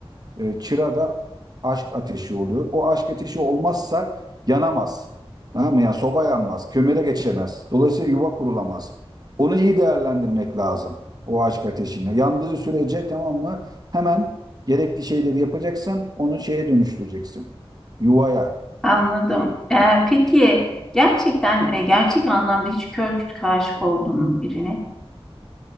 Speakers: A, on the right; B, in the centre.
A: E, çırada aşk ateşi oluyor. O aşk ateşi olmazsa yanamaz. Tamam mı? Yani soba yanmaz, kömüre geçemez. Dolayısıyla yuva kurulamaz. Onu iyi değerlendirmek lazım. O aşk ateşini. Yandığı sürece tamam mı? Hemen gerekli şeyleri yapacaksın. Onu şeye dönüştüreceksin. Yuvaya.
B: Anladım. Ee, peki gerçekten e, gerçek anlamda hiç kör kütük aşık oldun mu birine?